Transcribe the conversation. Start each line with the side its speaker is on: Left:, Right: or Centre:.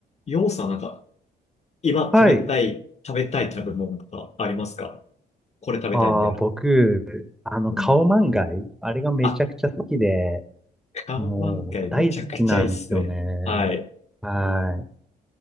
Left: 要素はなんか、今食べたい、
Centre: はい。
Left: 食べたい食べ物とかありますかこれ食べたいみたいな。
Centre: ああ、僕、あの、
Left: うん。
Centre: カオマンガイ、あれがめちゃくちゃ好きで、
Left: あ、カオマンガイめちゃくちゃいいっすね。
Centre: もう大好きなんですよね。
Left: はい。
Centre: はい。